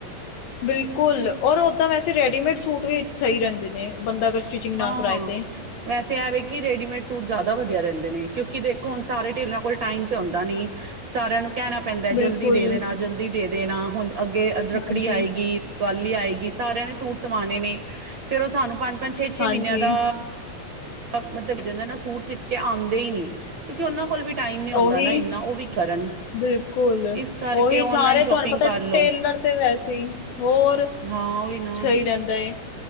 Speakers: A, on the left; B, on the right.
A: ਬਿਲਕੁਲ ਔਰ ਉਦਾਂ ਵੈਸੇ ਰੈਡੀਮੇਡ ਸੂਟ ਵੀ ਸਹੀ ਰਹਿੰਦੇ ਨੇ ਬੰਦਾ ਅਗਰ ਸਟਿਚਿੰਗ ਨਾ
B: ਹਾਂ।
A: ਕਰਾਏ ਤੇ
B: ਵੈਸੇ ਐ ਵੇ ਕਿ ਰੈਡੀਮੇਡ ਸੂਟ ਜ਼ਿਆਦਾ ਵਧੀਆ ਰਹਿੰਦੇ ਨੇ ਕਿਉਂਕਿ ਦੇਖੋ ਹੁਣ ਸਾਰੇ ਟੇਲਰਾਂ ਕੋਲ ਟਾਈਮ ਤੇ ਹੁੰਦਾ ਨਹੀਂ। ਸਾਰਿਆਂ ਨੂੰ ਕਹਿਣਾ ਪੈਂਦਾ
A: ਬਿਲਕੁਲ
B: ਜਲਦੀ ਦੇ ਦੇਣਾ, ਜਲਦੀ ਦੇ ਦੇਣਾ। ਹੁਣ ਅੱਗੇ ਰੱਖੜੀ
A: ਹਾਂਜੀ
B: ਆਏਗੀ। ਦੀਵਾਲੀ ਆਏਗੀ, ਸਾਰਿਆਂ ਨੇ ਸੂਟ ਸਵਾਣੇ ਨੇ ਫੇਰ ਉਹ ਸਾਨੂੰ ਪੰਜ-ਪੰਜ, ਛੇ-ਛੇ
A: ਹਾਂਜੀ
B: ਮਹੀਨਿਆਂ ਦਾ ਮਤਲਬ ਐਹ ਹੋ ਜਾਂਦਾ ਨਾ ਸੂਟ ਸਿਪ ਕੇ ਆਦੇ ਹੀ ਨੀ ਕਿਉਂਕਿ ਉਹਨਾਂ ਕੋਲ ਵੀ ਟਾਈਮ ਨੀ ਹੁੰਦਾ
A: ਉਹੀ
B: ਨਾ ਇੰਨਾ ਉਹ ਵੀ ਕੀ ਕਰਨ
A: ਬਿਲਕੁਲ,
B: ਇਸ ਕਰਕੇ
A: ਉਹੀ
B: ਔਨਲਾਈਨ
A: ਸਾਰੇ
B: ਸ਼ੋਪਿੰਗ
A: ਤੁਹਾਨੂੰ ਪਤਾ
B: ਕਰ ਲਓ
A: ਟੇਲਰ ਤੇ ਵੈਸੇ ਹੋਰ
B: ਹਾਂ ਉਹੀ ਨਾ
A: ਸਹੀ ਰਹਿੰਦਾ ਏ